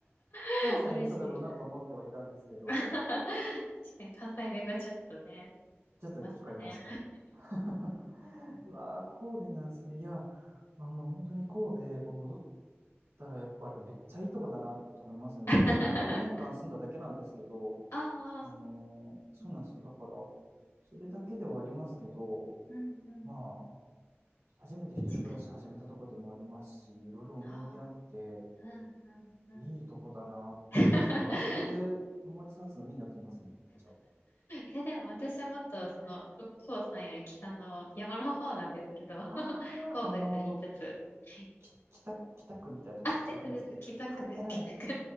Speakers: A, on the left; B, on the right.
A: <laughs>
B: 関西の人だろうなと思ってはいたんですけど、
A: 嬉しい。<laughs> 確かに関西弁がちょっとね、
B: ちょっと聞こえました。
A: 出ますね。
B: <laughs> うわー、神戸なんですね。いや、あの、本当に神戸、やっぱ戻ったら、やっぱりめっちゃいいとこだなと思いますね。僕、
A: <laughs>
B: 大学4年間住んだだけなんですけど、
A: ああ、
B: あのーそうなんですよ。
A: そうなんですね。
B: だから、それだけではありますけど、
A: うん、うん、うん。
B: まあ、初めて一人暮らし始めたとこでもありますし、
A: 確かに。
B: いろいろ思い出あって、
A: ああ、うん、うん、うん。
B: いいとこだなって、
A: <laughs>
B: だからあそこで生まれ育つのでいいなと思いますね、めっちゃ。
A: いや、でも私はもっと、その、六甲山より北の山の方なんですけど、<laughs>
B: あああの
A: 神戸と言いつつ。はい。
B: き北、北区みたいなとこですかわかんないですけど。
A: あ、ですです。北区です、
B: はいはいはい。
A: 北区。